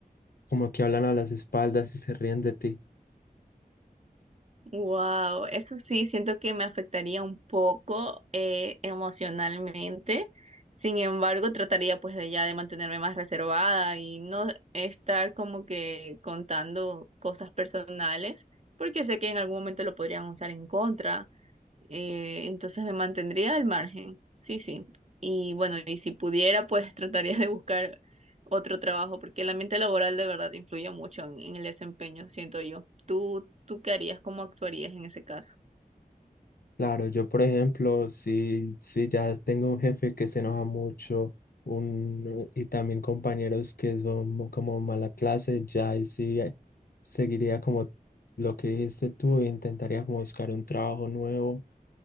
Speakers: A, on the left; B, on the right.
A: como que hablan a las espaldas y se ríen de ti?
B: Wow, eso sí, siento que me afectaría un poco eh, emocionalmente. Sin embargo, trataría pues de ya de mantenerme más reservada y no estar como que contando cosas personales, porque sé que en algún momento lo podrían usar en contra. eh, entonces me mantendría al margen, sí, sí. Y bueno, y si pudiera, pues <laughs> trataría de buscar otro trabajo, porque el ambiente laboral de verdad influye mucho en, en el desempeño, siento yo. ¿Tú, tú qué harías? ¿Cómo actuarías en ese caso?
A: Claro, yo por ejemplo, si, si ya tengo un jefe que se enoja mucho un, y también compañeros que son como mala clase, ya ahí sí eh, seguiría como lo que dijiste tú, intentaría como buscar un trabajo nuevo